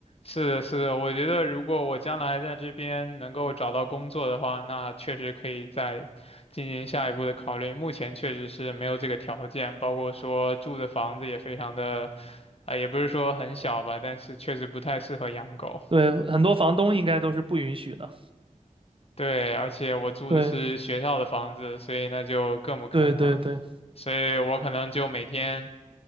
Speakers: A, on the left; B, on the right.
A: 是的，是的，我觉得如果我将来在这边能够找到工作的话，那确实可以再进行下一步的考虑。目前确实是没有这个条件，包括说住的房子也非常的，啊、也不是说很小吧，但是确实不太适合养狗。
B: 对，很多房东应该都是不允许的。
A: 对，而且我住的是学校的房子，
B: 对，
A: 所以那就更不可能。
B: 对，对，对，
A: 所以我可能就每天。